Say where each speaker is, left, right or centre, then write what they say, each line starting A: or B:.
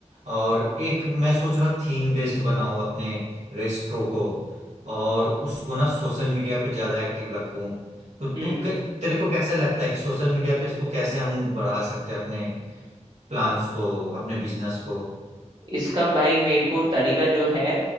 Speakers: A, on the right; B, on the right.
A: और एक मैं सोच रहा थीम बेस्ड बनाऊँ अपने रेस्ट्रो को और उसको ना सोशल मीडिया पे ज्यादा एक्टिव रखूँ तो
B: की
A: तू कै- तेरे को कैसा लगता है कि सोशल मीडिया पे इसको कैसे हम बढ़ा सकते हैं अपने प्लान्स को अपने बिजनेस को
B: इसका भाई मेरे को तरीका जो है